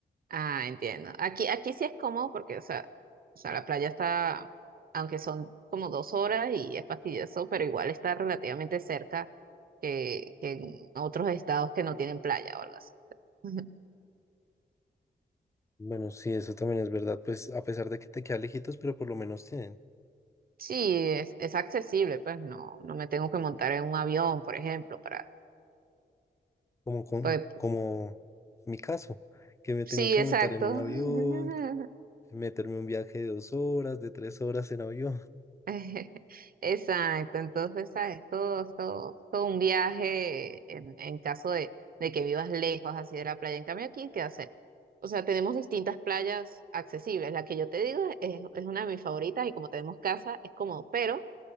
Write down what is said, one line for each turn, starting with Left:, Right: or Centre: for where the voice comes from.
Right: Ah, entiendo. Aquí, aquí sí es cómodo porque, o sea, o sea, la playa está, aunque son como dos horas y es fastidioso, pero igual está relativamente cerca que, que en otros estados que no tienen playa o algo así. <laughs>
Left: Bueno, sí, eso también es verdad, pues a pesar de que te queda lejitos, pero por lo menos tienen,
Right: Sí, es, es accesible, pues no, no me tengo que montar en un avión, por ejemplo, para,
Left: como, como,
Right: pues
Left: como mi caso, que me
Right: sí,
Left: tengo que
Right: exacto.
Left: montar en un avión,
Right: <laughs>
Left: meterme un viaje de dos horas, de tres horas en avión, <laughs>
Right: <laughs> Exacto, entonces, ¿sabes? Todo, todo, todo un viaje en, en caso de, de que vivas lejos así de la playa. En cambio, aquí queda cerca. O sea, tenemos distintas playas accesibles. La que yo te digo es, es una de mis favoritas y como tenemos casa, es cómodo. Pero